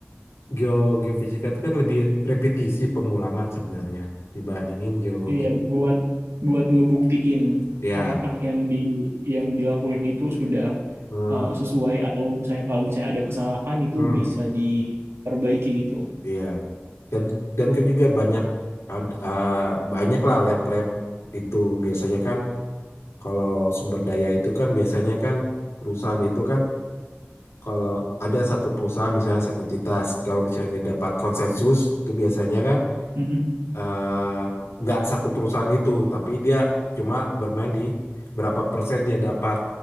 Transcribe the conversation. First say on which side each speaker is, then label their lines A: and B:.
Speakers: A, on the left; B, on the right.
A: geo geofisika itu kan lebih repetisi pengulangan sebenarnya dibandingin geologi.
B: Iya, buat buat ngebuktiin
A: Ya,
B: apakah yang di yang dilakuin itu sudah
A: hmm,
B: uh, sesuai atau misalnya kalau misalnya ada kesalahan itu
A: hmm,
B: bisa diperbaiki gitu.
A: iya. Dan dan kan juga banyak ad- ah, banyak lah lab-lab itu biasanya kan Kalau sumber daya itu kan biasanya kan perusahaan itu kan kalau ada satu perusahaan misalnya satu entitas, kalau misalnya dia dapat konsensus itu biasanya kan
B: Mm-mm.
A: eh, nggak satu perusahaan itu, tapi dia cuma bermain di berapa persen dia dapat